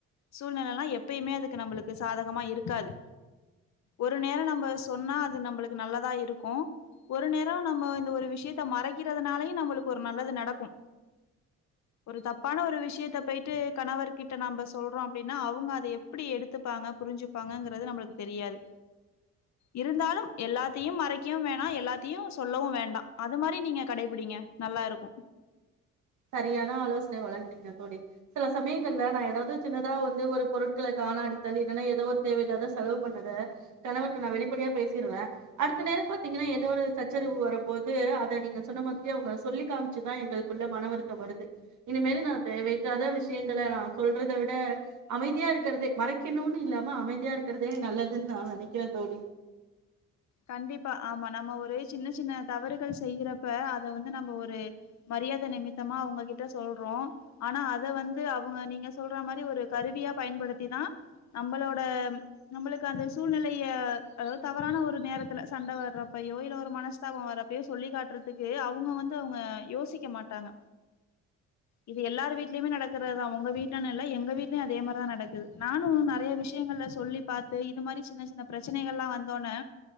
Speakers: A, on the left (about 65°); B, on the right (about 70°).
A: சூழ்நெலலா எப்பயுமே அதுக்கு நம்ளுக்கு சாதகமா இருக்காது ஒரு நேரோ நம்ப சொன்னா அது நம்ளுக்கு நல்லதா இருக்கு ஒரு நேரோ நம்ப இந்த ஒரு விஷயத்த மறைக்கிறதுனாலயு நம்ளுக்கு ஒரு நல்லது நடக்கு ஒரு தப்பான ஒரு விஷயத்த பொய்ட்டு கணவர் கிட்ட நம்ப சொல்றோ அப்டின்னா அவங்க அத எப்டி எடுத்துப்பாங்க புரிஞ்சுப்பாங்கங்றது நம்ளுக்கு தெரியாது இருந்தாலும் எல்லாத்தையு மறைக்கவு வேணா எல்லாத்தையு சொல்லவு வேண்டா அது மாரி நீங்க கடைபிடிங்க நல்லாருக்கு
B: சரியான ஆலோசனை வழங்குனீங்க தோளி சில சமயங்கள்ல நா ஏதாவது சின்னதா வந்து ஒரு பொருட்கள காணாடித்தால் இல்லனா எதோ ஒரு தேவையில்லாதா செலவு பண்ணத கணவர்ட்ட நா வெளிப்படையா பேசிருவே அடுத்த நேரோ பாத்தீங்கன்னா எதோ ஒரு சச்சரவு வரபோது அத நீங்க சொன்ன மாதிரியே அவங்க சொல்லி காமிச்சுதா எங்ளுக்குள்ள மனவருத் தம் வருது இனிமேல் நா தேவைல்லாத விஷியங்கள நா சொல்றத விட அமைதியா இருக்றதே மறைக்கணுனு இல்லாம அமைதியா இருக்கறதே நல்லதுன்னு நா நெனைக்கிறே தோளி
A: கண்டிப்பா ஆமா நம்ப ஒரு சின்ன சின்ன தவறுகள் செய்யறப்ப அத வந்து நம்ப ஒரு மரியாத நிமித்தமா அவங்ககிட்ட சொல்றோ ஆனா அத வந்து அவுங்க நீங்க சொல்ற மாரி ஒரு கருவியா பயன்படுத்திதா நம்பளோட நம்ளுக்கு அந்த சூழ்நிலைய அதாவது தவறான ஒரு நேரத்துல சண்ட வறப்பயோ இல்ல ஒரு மனஸ்தாபோ வறப்பயோ சொல்லி காட்றதுக்கு அவுங்க வந்து அவுங்க யோசிக்க மாட்டாங்க இது எல்லாரு வீட்லயுமே நடக்கறதுதா ஒங்க வீட்லன்னு இல்ல எங்க வீட்லயு அதே மாரிதா நடக்குது நானு நெறைய விஷயங்கள்ல சொல்லி பாத்து இது மாரி சின்ன சின்ன பிரச்சனைகள்லா வந்தோனே